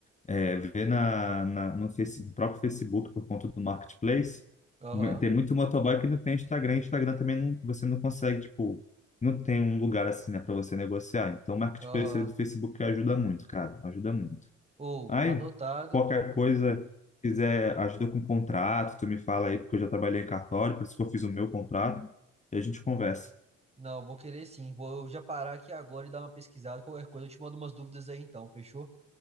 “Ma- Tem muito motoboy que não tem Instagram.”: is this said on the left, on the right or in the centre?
Left